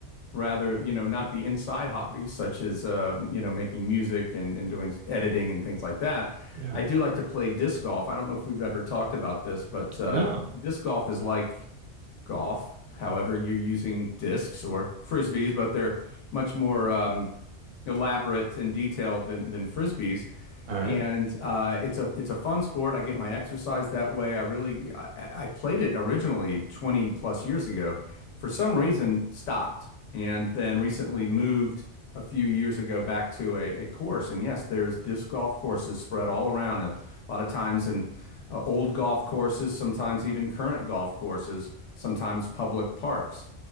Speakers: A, on the left (about 85°); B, on the right (about 70°).
A: rather, you know, not the inside hobbies such as, um, you know, making music and, and doing s- editing and things like that.
B: Yeah.
A: I do like to play disc golf. I don't know if we've ever talked about this, but uh,
B: No.
A: disc golf is like golf. However, you're using discs or frisbees, but they're much more um, elaborate and detailed than than frisbees.
B: All right.
A: And uh, it's a it's a fun sport. I get my exercise that way. I really I, I played it originally 20 plus years ago. For some reason, stopped and then recently moved a few years ago back to a, a course. And yes, there's disc golf courses spread all around. And a lot of times in uh, old golf courses, sometimes even current golf courses, sometimes public parks.